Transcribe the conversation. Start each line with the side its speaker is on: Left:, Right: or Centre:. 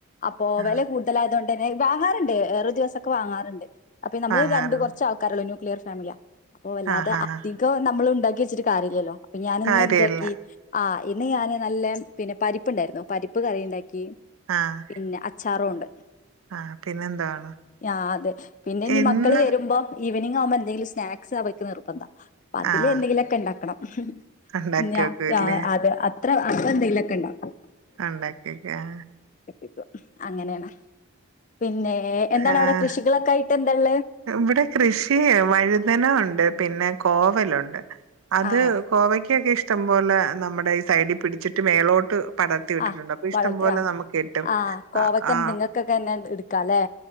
Left: അപ്പോ
Right: ആഹ്
Left: വില കൂടുതലായതുകൊണ്ട് ങ്ങനെ വാങ്ങാറുണ്ട് വേറെ ദിവസൊക്കെ വാങ്ങാറുണ്ട് അപ്പൊ നമ്മള്
Right: വാങ്ങാറുണ്ട്
Left: രണ്ട് കുറച്ച് ആൾക്കാരല്ലോനു ക്ലിയർ ഫാമിലിയാ അപ്പൊ വല്ലാതെ
Right: ആഹ് ആഹ് ആഹ്
Left: നമ്മള് ഉണ്ടാക്കി വച്ചിട്ട് കാര്യവില്ലല്ലോ ഞാനിന്ന്
Right: കാര്യല്ല
Left: എന്താക്കി ആ ഇ ഇന്ന് ഞാൻ നല്ല പിന്നെ പരിപ്പുണ്ടായിരുന്നു പരിപ്പ് കറി ഉണ്ടാക്കി
Right: ആഹ്
Left: പിന്നെ അ ച്ചാറും ഉണ്ട്
Right: ആഹ് പിന്നെന്താണ്
Left: ആ അതെ പിന്നെ ഇനി
Right: എന്ന്
Left: മക്കള് വരുമ്പം ഈവനിങ് ആവുമ്പം എ എന്തേലും സ്നാക്സ് അവർക്ക് നിർബന്ധാ അപ്പം അതില്
Right: ആഹ്
Left: എന്തെങ്കിലുമൊക്കെ ഉണ്ടാക്കണം <unintelligible>
Right: ഉണ്ടാക്കി
Left: ഞാ
Right: വെക്കൂല്ലേ
Left: അത് അത്ര അത്ര എന്തേലും ഒക്കെയുണ്ടാക്കും
Right: ഉണ്ടാക്കിവക്കും ആ
Left: ഇപ്പം അങ്ങനെയാണ് പിന്നെ എന്താണ്
Right: ആഹ്
Left: അവിടെ കൃഷികളൊക്കെ ആയിട്ട് ഉള്ളെ
Right: ഇവിടെ കൃഷി വഴുതന ഉണ്ട് പിന്നെ കോവലുണ്ട് അത്
Left: ആഹ്
Right: കോവയ്ക്ക ഒക്കെ ഇഷ്ടം പോലെ നമ്മുടെ ഈ സൈഡി പിടിച്ചിട്ട് മേളോട്ട് പടർത്തി വിട്ടിട്ടുണ്ട്.
Left: ആ
Right: അപ്പൊ ഇഷ്ടം
Left: പടർത്തി
Right: പോലെ
Left: ആ
Right: നമുക്ക് കിട്ടും.
Left: ആ കോവയ്ക്കന്നെ
Right: അ ആഹ്
Left: നിങ്ങൾക്കൊക്കെ തന്നെ എടു എടുക്കാം അല്ലേ